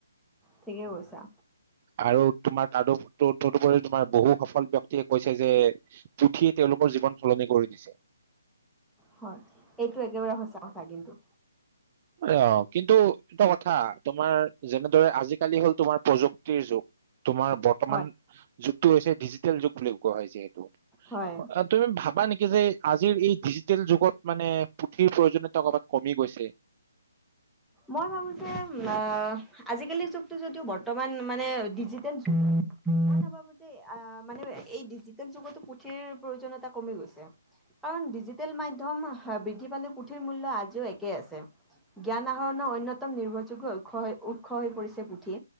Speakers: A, in the centre; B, on the right.
A: ঠিকে কৈছা।
B: আৰু তোমাৰ তাৰো তদুপৰিও তোমাৰ বহু সফল ব্যক্তিয়ে কৈছে যে পুথিয়ে তেওঁলোকৰ জীৱন সলনি কৰি দিছে।
A: হয় এইটো একেবাৰে সঁচা কথা কিন্তু।
B: অ কিন্তু এইটো কথা তোমাৰ যেনেদৰে আজিকালি হ'ল তোমাৰ প্ৰযুক্তিৰ যুগ তোমাৰ বৰ্তমান
A: হয়
B: যুগটো হৈছে ডিজিটেল যুগ বুলি কোৱা হয় যিহেতু
A: হয়
B: তুমি ভাবা নেকি যে আজিৰ এই ডিজিটেল যুগত মানে পুথিৰ প্ৰয়োজনীয়তা কবাত কমি গৈছে?
A: মই ভাবো যে অ আজিকালিৰ যুগটো যদিও বৰ্তমান মানে ডিজিটেল যুগ <unintelligible> যে আ মানে এই ডিজিটেল যুগতো পুথিৰ প্ৰয়োজনীতা কমি গৈছে। কাৰণ ডিজিটেল মাধ্যম বৃদ্ধি পালে পুথিৰ মূল্য আজিও একে আছে। জ্ঞান <unintelligible> অন্যতম নিৰ্ভৰযোগ্য উৎস উৎস হৈ পৰিছে পুথি।